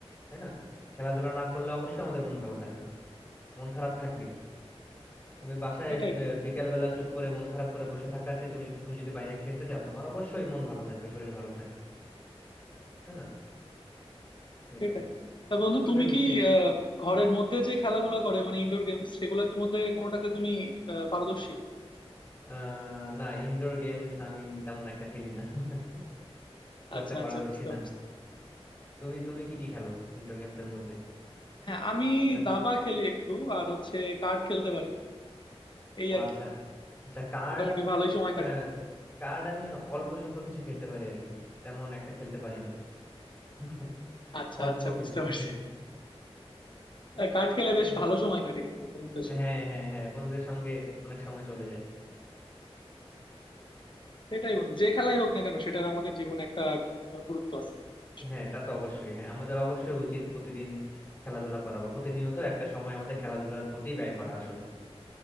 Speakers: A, on the left (about 20°); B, on the left (about 50°).
A: তাই না খেলাধুলা না করলে অবশ্যই আমাদের মন ভালো থাকবে না মন খারাপ থাকবেই তুমি বাসায়
B: এটাই বন্ধু।
A: বিকেল বেলা চুপ করে মন খারাপ করে বসে থাকার চেয়ে তুমি যদি- তুমি যদি বাইরে খেলতে যাও তোমার অবশ্যই মন ভালো থাকবে শরীর ভালো থাকবে তাই না এই
B: সেটাই
A: তো
B: তা
A: তাই
B: বন্ধু
A: না? আমাদের
B: তুমি কি
A: উচিত
B: আহ, ঘরের মধ্যে যে খেলাগুলো করে মানে ইনডোর গেমস সেগুলোর মধ্যে কোনোটাতে তুমি আহ, পারদর্শী
A: আহ না ইনডোর গেমস আমি তেমন একটা খেলি না <laughs> খুব
B: আচ্ছা
A: একটা পারদর্শী
B: আচ্ছা বুঝতে
A: না
B: পারছি
A: তুমি তুমি কি কি খেলো ইনডোর গেমস এর মধ্যে
B: হ্যাঁ আমি
A: লাগ-
B: দাবা খেলি একটু আর হচ্ছে কার্ড খেলতে পারি এই
A: ও
B: আর
A: আচ্ছা
B: কি
A: আচ্ছা কার্ড
B: মোটামুটি
A: আমি
B: ভালোই সময় কাটে
A: আহ, কার্ড আমি অল্প স্বল্প কিছু খেলতে পারি আর কি তেমন একটা খেলতে পারি না <laughs>
B: আচ্ছা
A: অল্প
B: আচ্ছা
A: খেলতে
B: বুঝতে
A: পারি।
B: পারছি
A: <laughs>
B: আহ, কার্ড খেলে
A: এই-
B: বেশ ভালো সময় কাটে কিন্তু বন্ধুদের সাথে
A: হ্যাঁ হ্যাঁ হ্যাঁ বন্ধুদের সঙ্গে অনেক সময় চলে যায়
B: সেটাই বন্ধু যে খেলাই হোক না কেন সেটার আমাদের জীবনে একটা আহ, গুরুত্ব আছে আসলে
A: হ্যাঁ তা তো অবশ্যই হ্যাঁ আমাদের অবশ্যই উচিত প্রতিদিন খেলাধুলা করা বা প্রতিনিয়ত একটা সময় আমাদের খেলাধুলার প্রতি ব্যয় করা আসলে